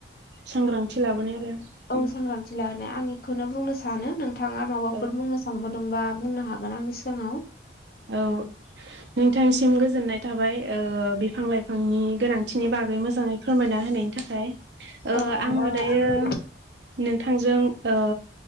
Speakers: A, on the right; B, on the left.
A: सांग्रांथि लाबोनाय आरो
B: औ
A: उम।
B: <inaudible> आं बेखौनो बुंनो सानो नोंथाङा माबाफोर
A: औ
B: बुंनो सा नबावदोंबा बुंनो हागोन आंनि सिगाङाव।
A: औ नोंथांसिम गोजोननाय थाबाय ओ बिफां लाइफांनि गोनां थिनि बागै मोजाङै फोरमायना होनायनि थाखाय ओ
B: औ औ
A: आङो दायो
B: आंबो
A: नोंथांजों ओ